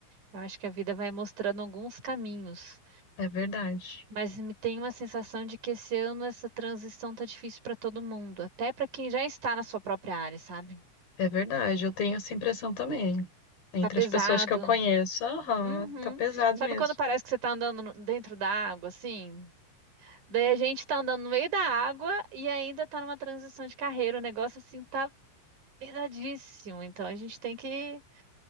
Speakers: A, on the right; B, on the left.
A: Eu acho que a vida vai mostrando alguns caminhos.
B: é verdade.
A: Mas me tem uma sensação de que esse ano essa transição tá difícil pra todo mundo. Até pra quem já está na sua própria área, sabe?
B: É verdade, eu tenho essa impressão também. Entre
A: Tá pesado.
B: as pessoas que eu conheço, aham,
A: Uhum.
B: tá pesado
A: Sabe
B: mesmo.
A: quando parece que você tá andando no- dentro da água, assim? Daí a gente tá andando no meio da água e ainda tá numa transição de carreira. O negócio assim tá pesadíssimo. Então a gente tem que